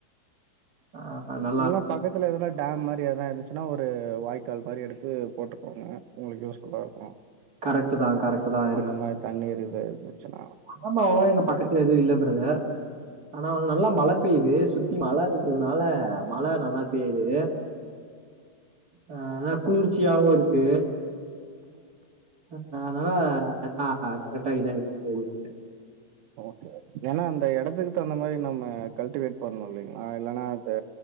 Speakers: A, on the right; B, on the right.
A: ஆ அனா
B: எல்லா பக்கத் தில எதனா டேம் மாறி எதா இருந்சுனா ஒரு வாய்க்கால் மாறி எடுத்து போட்டுக்கோங்க உங்ளுக்கு யூஸ்ஃபுல்லா இருக்கோ
A: கரெக்ட்டு தான், கரெக்ட்டு தான்
B: அந்த மாறி தண்ணி இருவ இருந்துச்சுனா
A: ஆமா அவ்ளோ எங்க பக்கத்துல எதூ இல்ல பிரதர் ஆனா வந்து நல்லா மழை பெய்து சுத்தி மல இருக்கிறதுனால மழை நல்லா பெய்து ஆ அதா குளிர்ச்சியாவூ இருக்கு அத் அத்னால அத் கரெக்ட் ஆயி இதா போவுத்து
B: ஓகே ஓகே ஏனா அந்த எடத்துக்கு தகுந்த மாறி நம்ம கல்டிவேட் பண்ணு இல்லீங்ளா இல்லனா அது